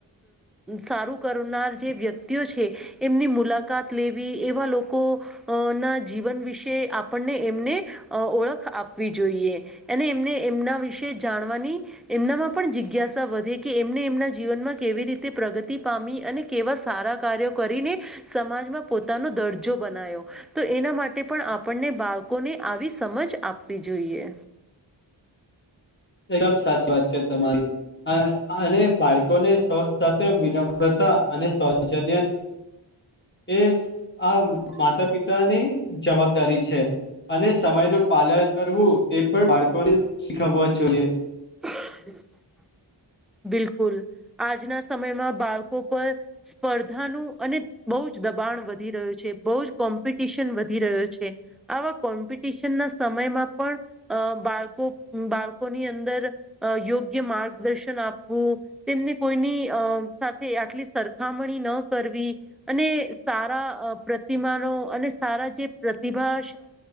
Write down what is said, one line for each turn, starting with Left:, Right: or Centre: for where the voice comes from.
Centre: સારું કર ના જે વ્યક્તિઓ છે એમની મુલાકાત લેવી એવા લોકો ના જીવન વિશે આપણને એમને ઓળખ આપવી જોઈએ અને એમને એમના વિશે જાણવાની એમનામાં પણ જિજ્ઞાસા વધે કે એમને એમના જીવનમાં કેવી રીતે પ્રગતિ પામ વા સારા કાર્યો કરીને સમાજમાં પોતાનો દરજો બના એના માટે પણ આપણને બાળકોને આવી સમજ આપવી જોઈએ
Left: એકદમ સાચી વાત છે તમારી અને બાળકોને સાથે વિનમ્રતા અને સૌજન્ય એ આ માતા પિતાની જવાબદારી છે અને સમય ન પાલન કરવું તે પણ બાળકોને શીખવવા જોઈએ
Centre: <unintelligible>
Left: <inaudible>
Centre: બિલકુલ આજના સમયમાં બાળકો પર સ્પર્ધાનું અને બહુ જ દબા વધી રહ્યું છે બહ જ કોમ્પિટિશન વધી રહ્યો છે આવા કોમ્પિટિશન ના સમયમાં પણ બાળકો બાળકોની અંદર અ યોગ્ય માર્ગદર્શન આપવું તેમને કોઈની અ સાથે આટલી સરખામ ન કરવી અને સારા પ્રતિમાનો અને સારા જે પ્રતિભા